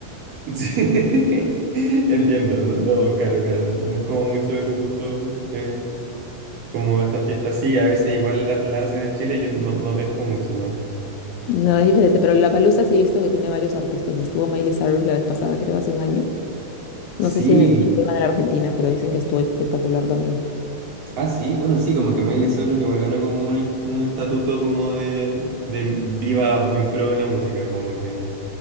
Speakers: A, on the right (about 80°); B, on the left (about 80°).
A: Sí, <laughs> entiendo, no, no, claro, claro, no, no es como mucho de tu gusto, eh, como estas fiestas, sí, a veces igual la- las hacen en Chile y yo no, no pesco mucho, ¿no?
B: No, es diferente, pero la Palusa sí he visto que tiene varios artistas. Estuvo Miley Cyrus la vez pasada, creo, hace un año.
A: Sí,
B: No sé si en el Chile o en la Argentina, pero dicen que estuvo espectacular también.
A: ah, sí, bueno, sí, como que Miley Cyrus igual ganó como un, est- un estatuto como de, de diva muy pro en la música, como que